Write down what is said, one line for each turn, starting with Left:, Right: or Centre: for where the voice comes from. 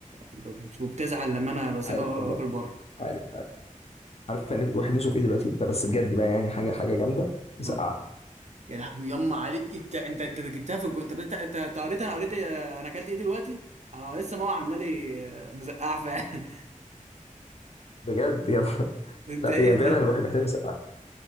Right: ب- وبتزعل لما انا بسيبها
Left: عارف
Right: واكل
Left: والله
Right: بره
Left: عارف عارف عارف يعني الواحد نفسه في ايه دلوقتي لا بس بجد بقى يعني حاجه حاجه جامده مسقعه
Right: اه يا لهوي يما عليك انت انت انت جبتها في الجو انت بت- انت أنت قريت انا قريت إيه؟ انا اكلت ايه دلوقتي انا لسه ماما عامله لي آه، مزقعه فعلا
Left: بجد يا <laughs>
Right: <laughs> انت
Left: لا
Right: ايه
Left: يعني
Right: ده
Left: فعلا الواحد محتاج مسقعه